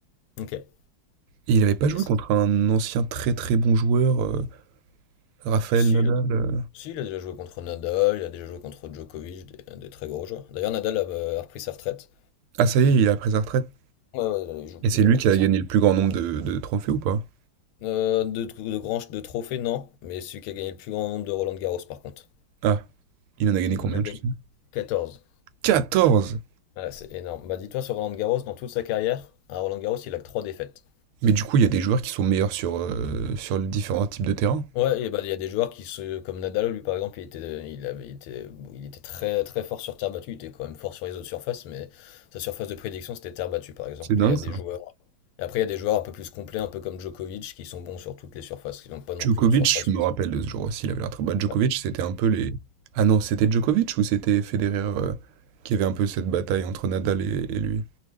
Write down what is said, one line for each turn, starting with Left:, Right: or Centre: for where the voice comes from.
Left: Ok. Et
Right: Et il n'avait pas joué
Left: c'est-
Right: contre un ancien très très bon joueur, heu, Rafael
Left: si,
Right: Nadal,
Left: il a,
Right: heu?
Left: si, il a déjà joué contre Nadal, il a déjà joué contre Djokovic, des, des très gros joueurs. D'ailleurs, Nadal a, euh, a repris sa retraite.
Right: Ah ça y est, il a pris sa retraite?
Left: Ouais, ouais, il joue plus,
Right: Et c'est
Left: là,
Right: lui
Left: il a
Right: qui
Left: pris
Right: a
Left: sa
Right: gagné
Left: retraite.
Right: le plus grand nombre de de trophées ou pas?
Left: Euh, de, de, grands- de trophées, non. Mais celui qui a gagné le plus grand nombre de Roland Garros, par contre.
Right: Ah, il en a gagné
Left: Il
Right: combien,
Left: en a gagné
Right: tu sais?
Left: 14.
Right: 14!
Left: Ouais, c'est énorme. Bah, dis-toi, sur Roland Garros, dans toute sa carrière, à Roland Garros, il a que 3 défaites.
Right: Mais du coup, il y a des joueurs qui sont meilleurs sur, heu, sur les différents types de terrain.
Left: Ouais, et bah, il y a des joueurs qui se. Comme Nadal, lui, par exemple, il était, il avait, été, il était très, très fort sur terre battue. Il était quand même fort sur les autres surfaces, mais sa surface de prédiction, c'était terre battue, par exemple.
Right: C'est dingue
Left: Et il y a
Right: ça.
Left: des joueurs. Et après, il y a des joueurs un peu plus complets, un peu comme Djokovic, qui sont bons sur toutes les surfaces, qui n'ont pas non
Right: Djokovic,
Left: plus une surface
Right: je me
Left: où ils
Right: rappelle
Left: sont-
Right: de ce jour aussi, il avait l'air très bas. Djokovic,
Left: Ouais.
Right: c'était un peu les ah non, c'était Djokovic ou c'était Federer, heu, qui avait un peu cette bataille entre Nadal et et lui?